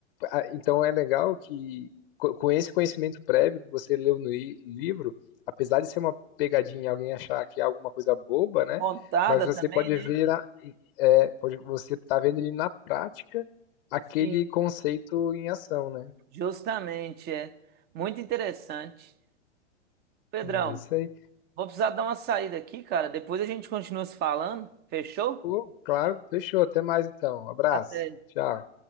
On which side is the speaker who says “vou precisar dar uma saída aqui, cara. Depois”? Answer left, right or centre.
Right